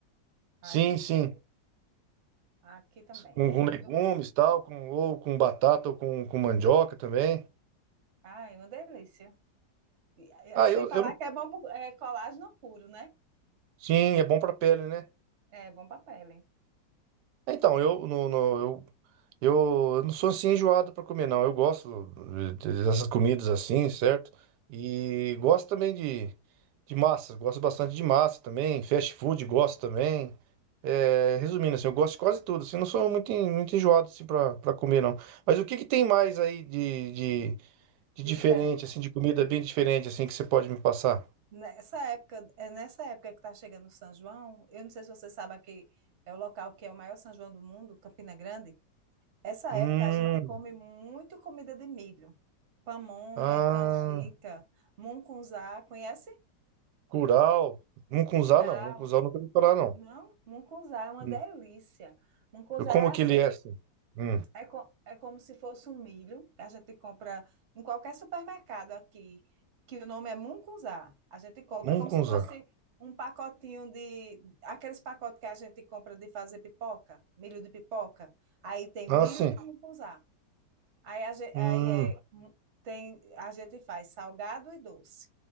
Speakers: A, on the right (about 70°); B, on the right (about 45°).
A: Sim,
B: Aí,
A: sim.
B: é, aqui também.
A: Com,
B: Aí
A: com
B: eu,
A: legumes,
B: eu,
A: tal, com, ou com batata, ou com, com mandioca também.
B: ai, uma delícia. E- e-
A: Ah,
B: Sem
A: eu,
B: falar
A: eu não.
B: que é bom, pro- é colágeno puro, né?
A: Sim, é bom pra pele, né?
B: É, bom papel, hein?
A: Então, eu, no, no- eu Eu eu não sou assim enjoado para comer, não. Eu gosto de- dessas comidas assim, certo? E gosto também de, de massa. Gosto bastante de massa também. Fast food, gosto também. É, resumindo, assim, eu gosto de quase tudo. Assim, não sou muito, en- muito enjoado assim, para comer, não. Mas o que que tem mais aí de, de, de
B: de
A: diferente,
B: diferente.
A: assim, de comida bem diferente, assim, que você pode me passar?
B: Nessa época, é nessa época que está chegando o São João, eu não sei se você sabe aqui, é o local que é o maior São João do mundo, Campina Grande. Essa
A: Hum,
B: época a gente come muito comida de milho. Pamonha,
A: ah,
B: canjica, mungunzá, conhece?
A: curau. Mungunzá,
B: Curau.
A: não. Mungunzá eu nunca vi falar, não.
B: Não? Mungunzá é uma
A: Hum,
B: delícia. Mungunzá
A: Como
B: é assim,
A: que ele é, assim? Hum.
B: É, co- é como se fosse um milho que a gente compra em qualquer supermercado aqui, que o nome é mungunzá. A gente compra
A: Mungunzá.
B: como se fosse um pacotinho de... Aqueles pacotes que a gente compra de fazer pipoca, milho de pipoca. Aí tem
A: Ah,
B: milho
A: sim.
B: de mungunzá. Aí, a gente,
A: Hum,
B: aí é, mu- tem, a gente faz salgado e doce.